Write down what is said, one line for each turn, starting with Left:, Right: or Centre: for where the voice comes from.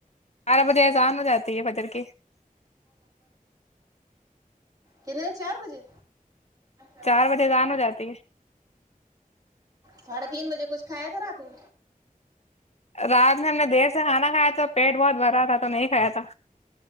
Left: آارا بجے اسان ہو جاتی ہے بجر کی
Right: کنے چار بجے م
Left: چار بجے اذان ہو جاتی
Right: ساڑھے تین بجے کچھ کھایا تھا رات میں
Left: رات میں ہم نے دیر سے کھانا کھایا تھا پیٹ بہت بھرا تھا تو نہیں کھایا تھا